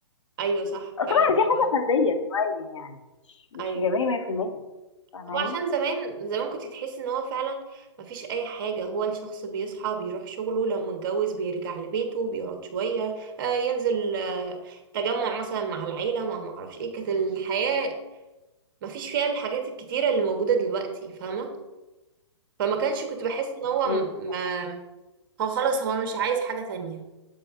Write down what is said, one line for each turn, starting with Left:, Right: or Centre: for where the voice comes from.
Right: ايوه صح
Left: آه، طبعا
Right: فعلا
Left: دي حاجة
Right: هو
Left: فردية شوية يعني مش مش
Right: ايوه
Left: ايجابية 100% فاهماني
Right: هو عشان زمان زمان كنت تحس ان هو فعلا ما فيش اي حاجة هو الشخص بيصحى بيروح شغله لو متجوز بيرجع لبيته بيقعد شوية آه ينزل آه تجمع مثلا مع العيلة مع معرفش ايه كانت الحياة ما فيش فيها الحاجات الكتيرة اللي موجودة دلوقتي فاهمة فما كانش كنت بحس ان هو
Left: امم
Right: م- ما هو خلاص هو مش عايز حاجة تانية